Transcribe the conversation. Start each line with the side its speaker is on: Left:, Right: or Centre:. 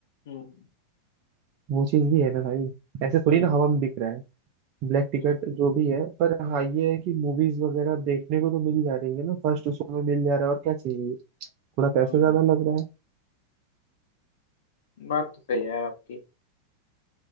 Left: हम्म
Right: वो चीज भी है ना भाई ऐसे थोड़ी
Left: हम्म
Right: ना हवा में बिक रहा है ब्लैक टिकट
Left: हम्म
Right: जो भी है पर हाँ ये है कि मूवीज वगैरह देखने को तो मिल जा रही है ना फर्स्ट शो में मिल जा रहा है और क्या चाहिए थोड़ा
Left: हम्म,
Right: पैसा ज्यादा लग रहा है
Left: बात तो सही है यार आपकी